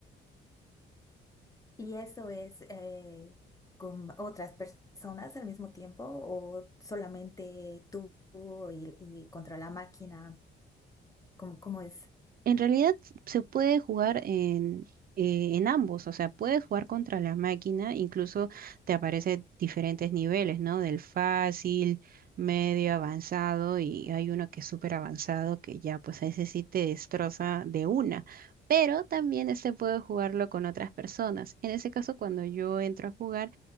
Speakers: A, on the left; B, on the right.
A: ¿Y eso es eh, con otras personas al mismo tiempo o solamente tú y, y contra la máquina? ¿Cómo, cómo es?
B: En realidad se puede jugar en, eh, en ambos, o sea, puedes jugar contra la máquina, incluso te aparecen diferentes niveles, ¿no? Del fácil, medio avanzado y hay uno que es súper avanzado que ya pues a ese sí te destroza de una. Pero también este puede jugarlo con otras personas. En ese caso, cuando yo entro a jugar,